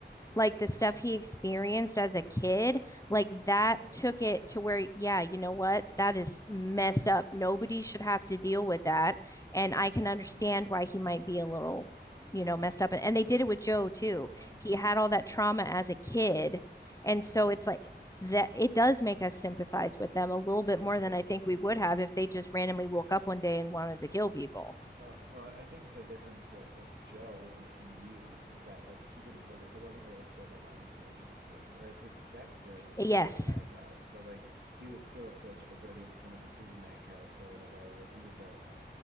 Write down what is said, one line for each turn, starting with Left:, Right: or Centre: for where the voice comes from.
Left: like the stuff he experienced as a kid, like that
Right: right.
Left: took it to where, yeah, you know what? That is messed up. Nobody should have to deal with that. And I can understand
Right: hmm
Left: why he might be a little, you know, messed up. And they did it with Joe too.
Right: Yeah.
Left: He had all that trauma as
Right: Mm,
Left: a kid. And so it's like that it does make us sympathize with them a little bit more
Right: yeah.
Left: than I think we would have if they just randomly woke up one day and wanted to kill people.
Right: Well, well, I think the difference with with Joe and, and you is that like he didn't really there wasn't really a silver lining to what he was doing. Whereas with Dexter, he
Left: Yes,
Right: took out bad guys. So like he was still a force for good. He was kind of a Superman character in a way. Like he was a